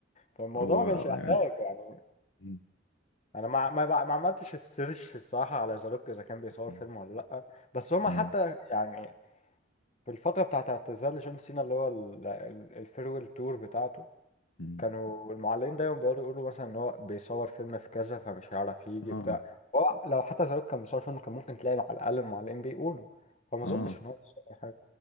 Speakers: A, on the left (about 35°); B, on the left (about 80°).
A: فالموضوع
B: هو
A: ما كانش يحتاج
B: يعني
A: يعني
B: م-
A: انا ما ما ما عملتش السيرش الصراحه على زاروك اذا كان بيصور
B: م-
A: فيلم ولا لا بس هما
B: م-
A: حتى يعني في الفترة بتاعت اعتزال جون سينا اللي هو ال- ال- الفيرويل تور بتاعته
B: م-
A: كانوا المعلقين دايما بيقعدوا يقولوا مثلا ان هو بيصور فيلم في كذا فمش هيعرف يجي
B: اه
A: بتاع هو لو حتى زاروك كان بيصور فيلم كان ممكن تلاقي على الأقل المعلقين بيقولوا فما أظنش
B: اه
A: إن هو بيصور حاجة